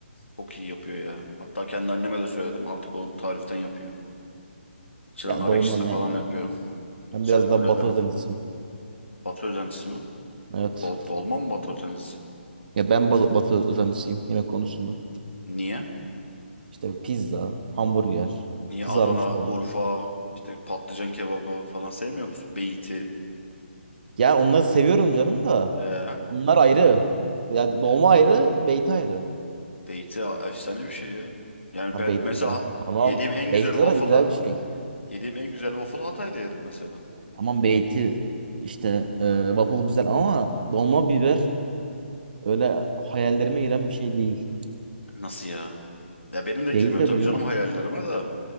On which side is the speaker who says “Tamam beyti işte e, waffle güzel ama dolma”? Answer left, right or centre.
Right